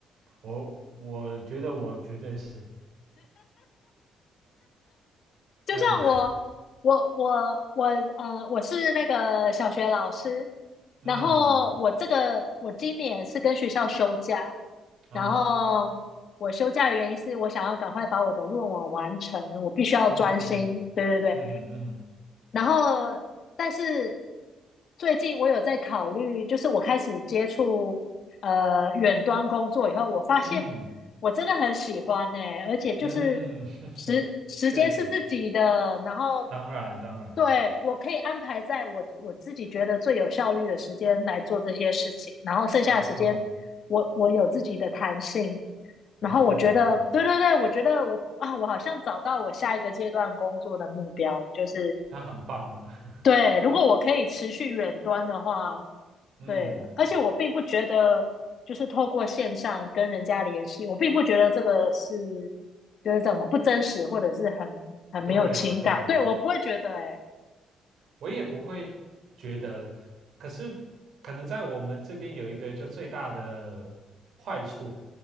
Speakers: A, on the right; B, on the left.
A: 我我觉得我绝对是，
B: 就像我，
A: 嗯
B: 我我我呃，我是那个小学老师，
A: 嗯
B: 然后我这个我今年是跟学校休假，
A: 啊哈，
B: 然后我休假的原因是我想要赶快把我的论文完成，我必须要专心。
A: 嗯哼嗯哼
B: 对对对，
A: 嗯哼嗯哼
B: 然后但是最近我有在考虑，就是我开始接触呃远端工作以后，我发现。
A: 嗯哼
B: 我真的很喜欢呢、而且就是时时间是自己的，
A: 嗯 <laughs> 确实，
B: 然后
A: 当然当然，
B: 对我可以安排在我我自己觉得最有效率的时间来做这些事情，然后剩下的时间我我有自己的弹性，
A: 没错没错没错，
B: 然后我觉得对对对，我觉得我啊，我好像找到我下一个阶段工作的目标了，就是
A: 他很棒啊。
B: 对，如果我可以持续远端的话，
A: 嗯，
B: 对，而且我并不觉得，就是透过线上跟人家联系，我并不觉得这个是就是怎么不真实，或者是很很没有情感。
A: 对啊，对啊，
B: 对，我不会觉得、欸，哎，
A: 我也不会觉得。可是，可能在我们这边有一个就最大的坏处，